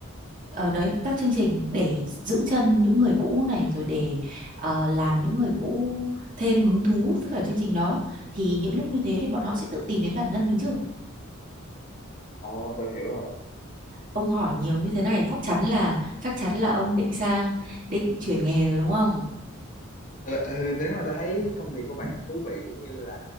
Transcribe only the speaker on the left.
Ồ, tôi hiểu rồi.
ừ, ừ, nếu mà tôi thấy công việc của bạn thú vị cũng như là